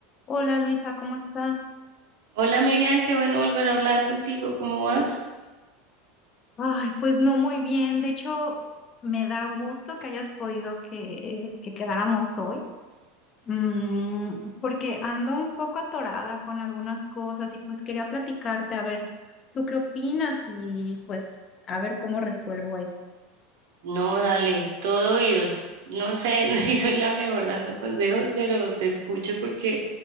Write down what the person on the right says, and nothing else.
Hola Miriam, qué bueno volver a hablar contigo, ¿cómo vas?
No, dale, todo oídos. No sé <laughs> si soy la mejor dando consejos, pero te escucho porque